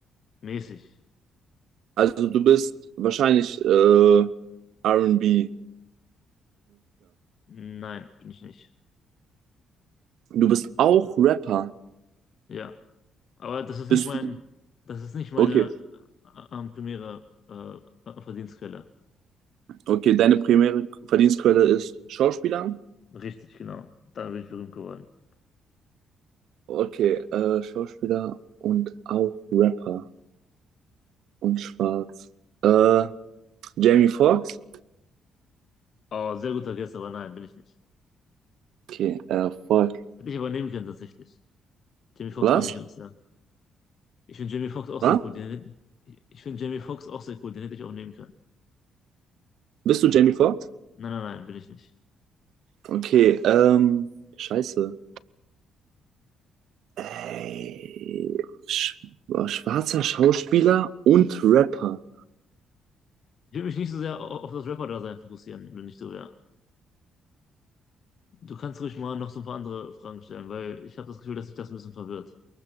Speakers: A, on the left; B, on the right.
A: mäßig.
B: Also du bist wahrscheinlich äh, R&B-Musiker.
A: Nein, bin ich nicht.
B: Du bist auch Rapper.
A: Ja. Aber das ist
B: Bist
A: nicht mein,
B: du?
A: das ist nicht meine
B: Okay,
A: am primäre äh, Verdienstquelle.
B: okay. Deine primäre Verdienstquelle ist Schauspieler.
A: Richtig, genau. Damit bin ich berühmt geworden.
B: Okay, äh, Schauspieler und auch Rapper und Schwarz. Äh, Jamie Foxx?
A: Oh, sehr guter Guess, aber nein, bin ich nicht.
B: Okay, äh, Foxx.
A: Hätte ich aber nehmen können, tatsächlich. Jamie Foxx
B: Was?
A: mag ich auch sehr. Ich finde Jamie Foxx auch
B: Was?
A: sehr gut. Den, hätte- ich ich finde Jamie Foxx auch sehr gut. Den hätte ich auch nehmen können.
B: Bist du Jamie Foxx?
A: Nein, nein, nein, bin ich nicht.
B: Okay, ähm, scheiße. Ey, sch äh, schwarzer Schauspieler und Rapper.
A: Ich will mich nicht so sehr au- auf das Rapper-Dasein fokussieren, wenn ich so wäre. Du kannst ruhig mal noch so ein paar andere Fragen stellen, weil ich habe das Gefühl, dass sich das ein bisschen verwirrt.